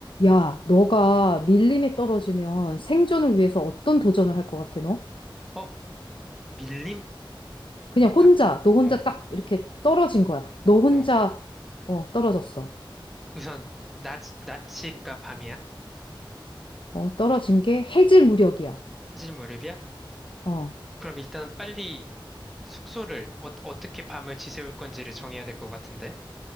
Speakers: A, on the left (about 70°); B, in the centre.
A: 야, 너가 밀림에 떨어지면 생존을 위해서 어떤 도전을 할 것 같아, 너?
B: 어, 밀림?
A: 그냥 혼자,
B: 갑,
A: 너 혼자
B: 어,
A: 딱 이렇게 떨어진 거야. 너 혼자,
B: 어.
A: 어, 떨어졌어.
B: 우선, 낮, 낮이가 밤이야?
A: 어, 떨어진 게 해질 무렵이야.
B: 해질 무렵이야?
A: 어.
B: 그럼 일단 빨리 숙소를, 어, 어떻게 밤을 지새울 건지를 정해야 될 것 같은데?